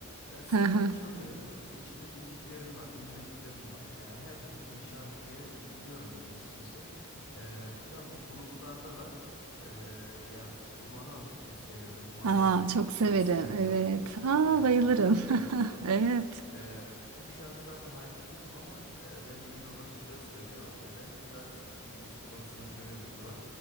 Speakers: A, on the left; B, on the right.
A: E, sırayla
B: Hı hı.
A: çalıyor. E, içinde bildiklerim var, bilmediklerim var. Ya her türlü şarkıyı e, dinliyorum ben açıkçası. E, bu tarz gruplarda da e, ya Duman'ı açıkçası seviyorum. Manga
B: Aa,
A: diye bir grup
B: çok severim.
A: var, eski bir grup.
B: Evet. Aa,
A: E,
B: bayılırım.
A: bunlar güzel bir
B: <laughs>
A: grup.
B: Evet.
A: Ee, tüm şarkılarına hakim değilim ama e, bence genel olarak güzel söylüyorlar. Ya ben de zaten şu müzik konusunda şöyle bir huy var.